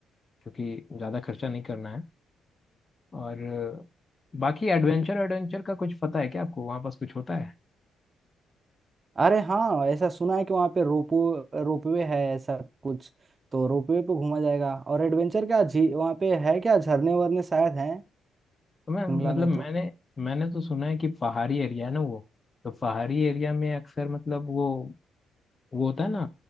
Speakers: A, on the left; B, on the right.
A: क्योंकि ज़्यादा खर्चा नहीं करना है और अ, बाकी एडवेंचर एडवेंचर का कुछ पता है क्या आपको वहाँ पास कुछ होता है
B: अरे हाँ ऐसा सुना है कि वहाँ पे रोपो रोपवे है ऐसा कुछ तो रोपवे पे घूमा जाएगा और एडवेंचर क्या झी वहाँ पे है क्या झरने वरने शायद हैं
A: तो मैं
B: शिमला
A: मतलब
B: में
A: मैंने
B: तो
A: मैंने तो सुना है कि पहाड़ी एरिया है ना वो तो पहाड़ी एरिया में अक्सर मतलब वो वो होता है ना